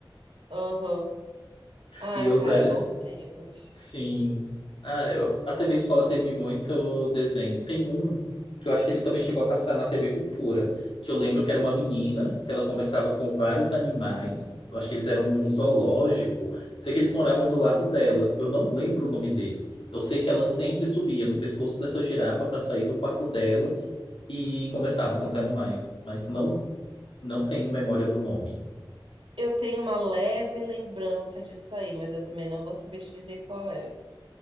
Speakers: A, on the right; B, on the left.
A: aham. Ah,
B: E eu
A: cara,
B: zero.
A: bons tempos.
B: Sim. Ah, eu, a TV Escola teve muito desenho. Tem um que eu acho que ele também chegou a passar na TV Cultura, que eu lembro que era uma menina, que ela conversava com vários animais. Eu acho que eles eram de um zoológico. Sei que eles moravam do lado dela. Eu não lembro o nome dele. Eu sei que ela sempre subia no pescoço dessa girafa para sair do quarto dela e conversava com os animais, mas não não tenho memória do nome.
A: Eu tenho uma leve lembrança disso aí, mas eu também não vou saber te dizer qual é.